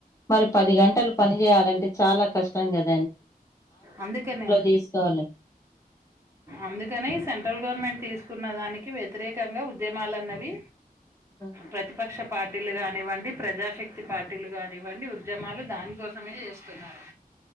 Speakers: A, on the left; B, on the right.
A: మరి పది గంటలు పని చేయాలంటే చాలా కష్టం కదా
B: అందుకని
A: చేసుకోవాలి
B: అందుకని సెంట్రల్ గవర్నమెంట్ తీసుకున్న దానికి వ్యతిరేకంగా ఉద్యమలున్నవి
A: ఉమ్
B: ప్రతిపక్ష పార్టీలు కానివ్వండి ప్రజాశక్తి పార్టీలు కానివ్వండి ఉద్యమాలు దానికోసమే చేస్తున్నారు